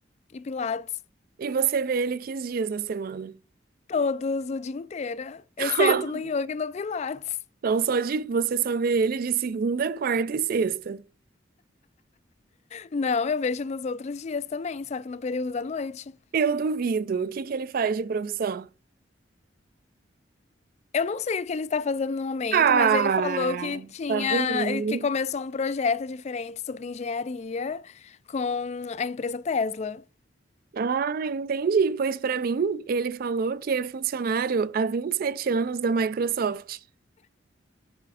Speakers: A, on the left; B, on the right.
A: e pilates.
B: E você vê ele que dias na semana?
A: Todos o dia inteiro, exceto
B: <laughs>
A: no yoga e no pilates.
B: Então, só de você só vê ele de segunda, quarta e sexta.
A: Não, eu vejo nos outros dias também, só que no período da noite.
B: Eu duvido. O que que ele faz de profissão?
A: Eu não sei o que ele está fazendo no momento,
B: Ah,
A: mas ele falou que tinha,
B: tá vendo?
A: eh, que começou um projeto diferente sobre engenharia com a empresa Tesla.
B: Ah, entendi. Pois pra mim, ele falou que é funcionário há 27 anos da Microsoft.